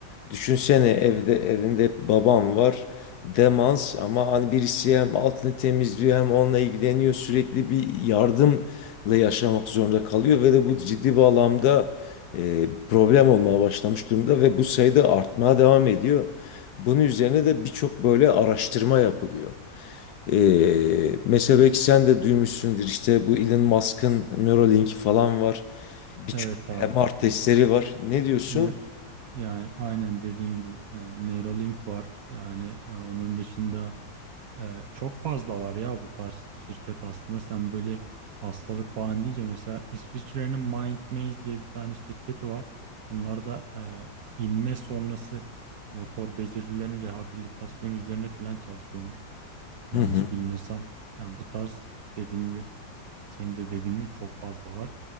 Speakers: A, on the left; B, on the right.
A: Düşünsene evde evinde babam var demans ama hani birisi hem altını temizliyor hem onunla ilgileniyor sürekli bir yardımla yaşamak zorunda kalıyor ve de bu ciddi bağlamda e, problem olmaya başlamış durumda ve bu sayıda artmaya devam ediyor. Bunun üzerine de birçok böyle araştırma yapılıyor. Ee, mesela belki sen de duymuşsundur işte bu Elon Musk'ın Neuralink falan var. Birçok
B: Evet abi.
A: MR testleri
B: E,
A: var. Ne diyorsun?
B: Ne, yani aynen dediğin gibi yani Neuralink var. Yani e, onun dışında e, çok fazla var ya bu tarz şirket aslında. Sen böyle hastalık falan deyince mesela İsviçre'nin Mindmaze diye bir tane şirketi var. Bunlar da e, inme sonrası motor becerilerin rehabilitasyonu üzerine falan çalışıyormuş. Yanlış
A: Hı hı,
B: bilmiyorsam. Yani bu tarz dediğim gibi senin de dediğin gibi çok fazla var.